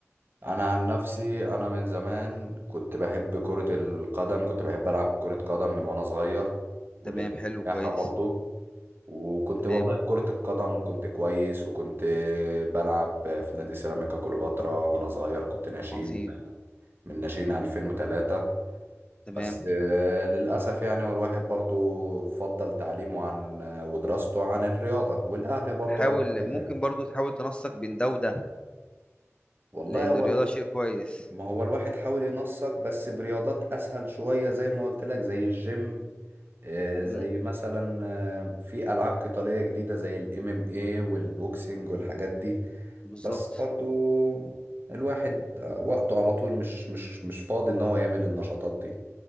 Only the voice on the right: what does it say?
أنا عن نفسي أنا من زمان كنت بحب كرة القدم كنت بحب ألعب كرة قدم من وأنا صغير ولعبت
سباحة
برضو وكنت
والله في كرة القدم كنت كويس وكنت بلعب في نادي سيراميكا كليوباترا وأنا صغير كنت ناشئين
من ناشئين 2003
بس آه، للأسف يعني هو الواحد برضو فضل تعليمه عن ودراسته عن الرياضة والأهل برضو
قال كده
يعني
والله
هو
الو...
ما هو الواحد حاول ينسق بس برياضات أسهل شوية زي ما قلت لك زي الجيم آه، زي
مثلا آه، في ألعاب قتالية جديدة زي الام ام اي والبوكسنج والحاجات دي
بس برضو الواحد آه، وقته على طول مش مش مش فاضي ان هو يعمل النشاطات دي